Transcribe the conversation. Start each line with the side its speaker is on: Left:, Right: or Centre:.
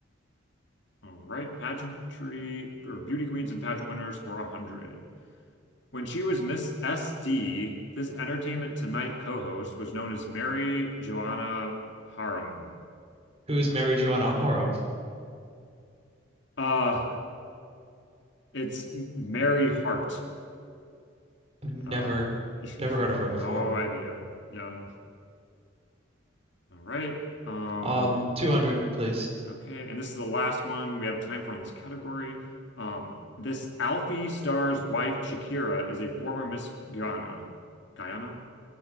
Left: All right, pageantry or beauty queens and pageant winners for 100. When she was Miss SD, this Entertainment Tonight co-host was known as Mary Joanna Harum.
Right: Who is Mary Joanna <laughs> Parham?
Left: Uh, it's Mary Hart.
Right: I've never,
Left: Uh, <laughs>
Right: never heard of her
Left: no
Right: before.
Left: idea. Yeah. All right. Um,
Right: Um, 200, please.
Left: okay, and this is the last one we have time for in this category. Um, this Alfie star's wife, Shakira, is a former Miss Guyana. Guyana?